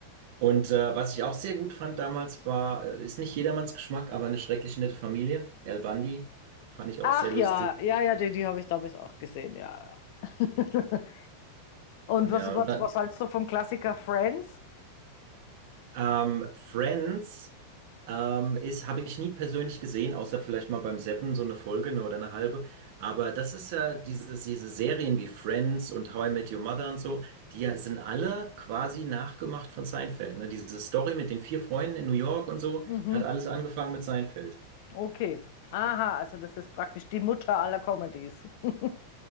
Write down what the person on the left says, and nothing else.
Ach
ja, ja, ja, die, die habe ich damals auch gesehen, ja, ja. <laughs> Und
was, was,
was hältst du vom Klassiker Friends?
Mhm.
Okay. Aha, also das ist praktisch die Mutter aller Comedies. <laughs>